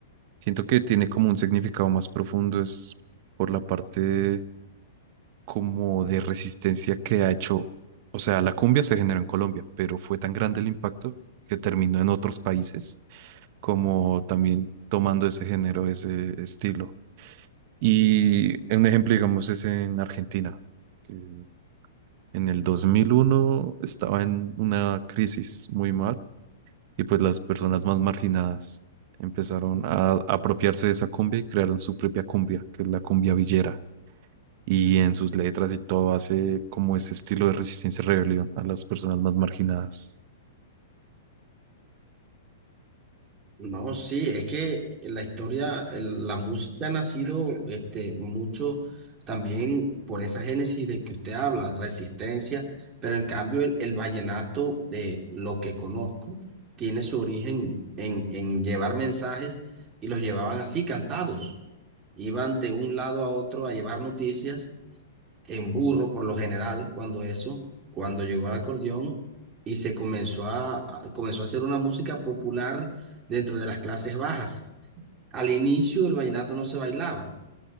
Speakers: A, on the right; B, on the right.
A: Siento que tiene como un significado más profundo, es por la parte como de resistencia que ha hecho, o sea, la cumbia se generó en Colombia, pero fue tan grande el impacto que terminó en otros países, como también tomando ese género, ese estilo. Y un ejemplo, digamos, es en Argentina, que en el 2001 estaba en una crisis muy mal y pues las personas más marginadas empezaron a apropiarse de esa cumbia y crearon su propia cumbia, que es la cumbia villera. Y en sus letras y todo hace como ese estilo de resistencia y rebelión a las personas más marginadas.
B: No, sí, es que la historia, el- la música ha nacido este, mucho también por esa génesis de que usted habla, resistencia, pero en cambio el, el vallenato, de lo que conozco, tiene su origen en, en llevar mensajes y los llevaban así, cantados. Iban de un lado a otro a llevar noticias en burro por lo general, cuando eso, cuando llegó el acordeón y se comenzó a, a- comenzó a hacer una música popular dentro de las clases bajas. Al inicio el vallenato no se bailaba,